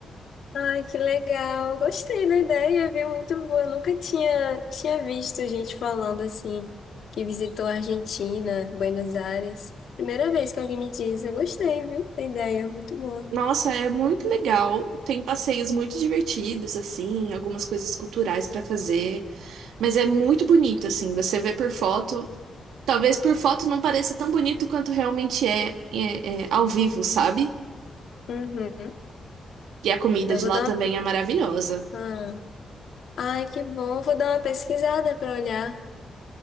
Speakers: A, on the left; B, on the right.
A: Ai, que legal. Gostei da ideia, viu? Muito boa. Eu nunca tinha, tinha visto gente falando assim, que visitou a Argentina, Buenos Aires. Primeira vez que alguém me diz, eu gostei, viu? Da ideia, muito boa.
B: Nossa, é muito legal. Tem passeios muito divertidos, assim, algumas coisas culturais pra fazer, mas é muito bonito, assim. Você vê por foto, talvez por foto não pareça tão bonito quanto realmente é, é é ao vivo, sabe?
A: Uhum.
B: E a comida
A: Eu
B: de
A: vou
B: lá
A: dar
B: também é maravilhosa.
A: uma. Ah. Ai, que bom. Eu Vou dar uma pesquisada para olhar.